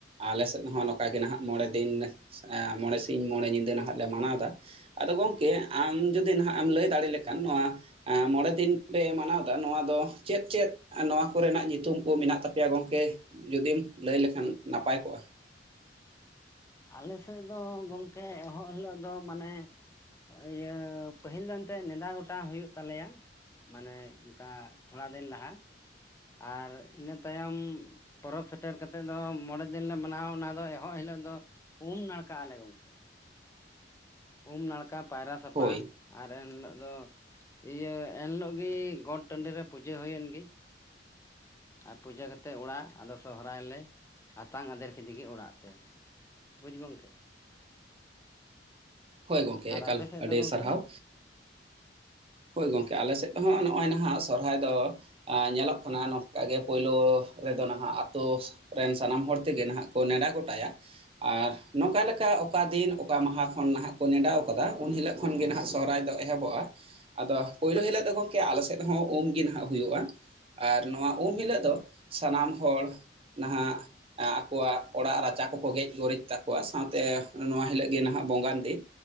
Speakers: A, on the right; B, on the left.
A: ᱟᱞᱮ ᱥᱮᱫ ᱦᱚᱸ ᱱᱚᱝᱠᱟ
B: ᱦᱮᱸ
A: ᱜᱮ ᱱᱟᱦᱟᱸᱜ ᱢᱚᱬᱮ ᱫᱤᱱ ᱮᱸ ᱢᱚᱬᱮ ᱥᱤᱧ ᱢᱚᱬᱮ ᱧᱤᱫᱟᱹ ᱱᱟᱦᱟᱸᱜ ᱞᱮ ᱢᱟᱱᱟᱣᱫᱟ, ᱟᱫᱚ ᱜᱚᱝᱠᱮ ᱟᱢ ᱡᱩᱫᱤ ᱱᱟᱦᱟᱸᱜ ᱮᱢ ᱞᱟᱹᱭ ᱫᱟᱲᱮ ᱞᱮᱠᱷᱟᱱ ᱱᱚᱣᱟ ᱮᱸ ᱢᱚᱬᱮ ᱫᱤᱱ ᱯᱮ ᱢᱟᱱᱟᱣ ᱫᱟ ᱱᱚᱣᱟ ᱫᱚ ᱪᱮᱫ-ᱪᱮᱫ ᱱᱚᱣᱟ ᱠᱚᱨᱮᱱᱟᱜ ᱧᱩᱛᱩᱢ ᱠᱚ ᱢᱮᱱᱟᱜ ᱛᱟᱯᱮᱭᱟ ᱜᱚᱢᱠᱮ ᱡᱩᱫᱤᱢ ᱞᱟᱹᱭ ᱞᱮᱠᱷᱟᱱ ᱱᱟᱯᱟᱭ ᱠᱚᱜᱼᱟ ᱾
B: ᱟᱞᱮ ᱥᱮᱫ ᱫᱚ ᱜᱚᱝᱠᱮ ᱮᱦᱚᱵ ᱦᱤᱞᱳᱜ ᱫᱚ ᱢᱟᱱᱮ ᱤᱭᱟᱹ ᱯᱟᱹᱦᱤᱞ ᱫᱚ ᱮᱱᱛᱮᱫ ᱱᱮᱰᱟ ᱜᱚᱴᱟ ᱦᱩᱭᱩᱜ ᱛᱟᱞᱮᱭᱟ, ᱢᱟᱱᱮ ᱚᱝᱠᱟ ᱛᱷᱚᱲᱟ ᱫᱤᱱ ᱞᱟᱦᱟ ᱟᱨ ᱤᱱᱟᱹ ᱛᱟᱭᱚᱢ ᱯᱚᱨᱚᱵᱽ ᱥᱮᱴᱮᱨ ᱠᱟ ᱠᱟᱛᱮᱫ ᱫᱚ ᱢᱚᱬᱮ ᱫᱤᱱ ᱞᱮ ᱢᱟᱱᱟᱣᱟ ᱚᱱᱟ ᱫᱚ ᱮᱦᱚᱵ ᱦᱤᱞᱳᱜ ᱫᱚ ᱩᱢ ᱱᱟᱲᱠᱟᱜ ᱟᱞᱮ ᱜᱚᱝᱠᱮ ᱾ ᱩᱢ ᱱᱟᱲᱠᱟ ᱯᱟᱭᱨᱟ ᱥᱟᱯᱷᱟ
A: ᱦᱳᱭ
B: ᱟᱨ ᱮᱱᱦᱤᱞᱚᱜᱞᱜ ᱫᱚ ᱤᱭᱟᱹ ᱮᱱᱦᱤᱞᱚᱜ ᱜᱮ ᱜᱚᱴ ᱴᱟᱺᱰᱤᱨ ᱨᱮ ᱯᱩᱡᱟᱹ ᱦᱩᱭᱮᱱ ᱜᱤ, ᱟᱨ ᱯᱩᱡᱟᱹ ᱠᱟᱛᱮᱜ ᱚᱲᱟᱜ ᱟᱫᱚ ᱥᱚᱦᱨᱟᱭ ᱞᱮ ᱟᱛᱟᱝ ᱟᱫᱮᱨ ᱠᱮᱫᱤ ᱜᱮ ᱚᱲᱟᱜ ᱛᱮ᱾ ᱵᱩᱡᱽ ᱜᱚᱝᱠᱮ᱾
A: ᱦᱳᱭ ᱜᱚᱝᱠᱮ
B: ᱟᱨ
A: ᱮᱠᱟᱞ
B: ᱟᱯᱮ ᱥᱮᱫ
A: ᱟᱹᱰᱤ
B: ᱫᱚ ᱜᱚᱢᱠᱮ
A: ᱥᱟᱨᱦᱟᱣ᱾ ᱦᱳᱭ ᱜᱚᱝᱠᱮ ᱟᱞᱮ ᱥᱮᱜ ᱫᱚ ᱦᱚᱜ ᱱᱚᱜᱚᱭ ᱱᱟᱦᱟᱜ ᱥᱚᱨᱦᱟᱭ ᱫᱚ ᱟ ᱧᱮᱞᱚᱜ ᱠᱟᱱᱟ ᱱᱚᱝᱠᱟᱜᱮ ᱯᱳᱭᱞᱳ ᱨᱮᱫᱚ ᱱᱟᱦᱟᱜ ᱟᱛᱳ ᱨᱮᱱ ᱥᱟᱱᱟᱢ ᱦᱚᱲ ᱛᱮᱜᱮ ᱱᱟᱦᱟᱜ ᱳ ᱱᱮᱰᱟ ᱜᱚᱴᱟᱭᱟ᱾ ᱟᱨ ᱱᱚᱝᱠᱟ ᱞᱮᱠᱟ ᱚᱠᱟ ᱫᱤᱱ ᱚᱠᱟ ᱢᱟᱦᱟ ᱠᱷᱚᱱ ᱱᱟᱦᱟᱜ ᱠᱚ ᱱᱮᱰᱟᱣ ᱟᱠᱟᱫᱟ ᱩᱱ ᱦᱤᱞᱳᱜ ᱠᱷᱚᱱ ᱜᱮ ᱱᱟᱦᱟᱜ ᱥᱚᱦᱚᱨᱟᱭ ᱫᱚ ᱮᱦᱚᱵᱚᱜ-ᱟ᱾ ᱟᱫᱚ ᱯᱳᱭᱞᱳ ᱦᱤᱞᱳᱜ ᱫᱚ ᱜᱚᱝᱠᱮ ᱟᱞᱮ ᱥᱮᱜ ᱦᱚᱸ ᱩᱢ ᱜᱤ ᱱᱟᱦᱟᱜ ᱦᱩᱭᱩᱜ-ᱟ᱾ ᱟᱨ ᱱᱚᱣᱟ ᱩᱢ ᱦᱤᱞᱳᱜ ᱫᱚ ᱥᱟᱱᱟᱢ ᱦᱚᱲ ᱱᱟᱦᱟᱜ ᱟᱠᱚᱣᱟᱜ ᱚᱲᱟᱜ ᱨᱟᱪᱟ ᱠᱚᱠᱚ ᱜᱮᱡ ᱜᱩᱨᱤᱡ ᱛᱟᱠᱚᱣᱟ ᱥᱟᱶᱛᱮ ᱱᱚᱣᱟ ᱦᱤᱞᱟᱹᱜ ᱜᱮ ᱱᱟᱦᱟᱜ ᱵᱚᱸᱜᱟᱱ ᱫᱤᱱ᱾